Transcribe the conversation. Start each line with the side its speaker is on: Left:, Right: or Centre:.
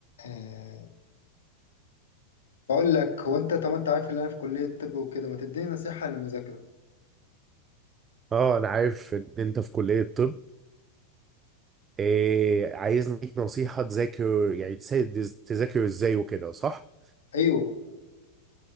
Left: آه بقول لك هو انت طب انت عارف ان انا في كلية طب وكده ما تديني نصيحة للمذاكرة
Right: اه انا عارف ان انت في كلية طب إيه عايز ليك نصيحة تذاكر يعني تساعد تذاكر ازاي وكده صح؟
Left: ايوه